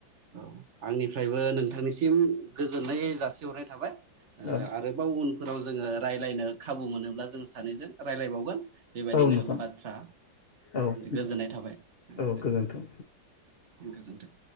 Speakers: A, on the right; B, on the left.
A: औ आंनिफ्रायबो नोंथांनिसिम गोजोननाय जासिहरनाय थाबाय
B: औ
A: आरोबाव उनफोराव जोंङो रायज्लायनो खाबु मोनोब्ला जों सानैजों राय्लायबावगोन बेबायदिनो
B: औ नोंथां
A: बाथ्रा
B: औ नोंथां
A: गोजोननाय थाबाय
B: औ
A: दे।
B: गोजोन्थों।
A: गोजोनथों।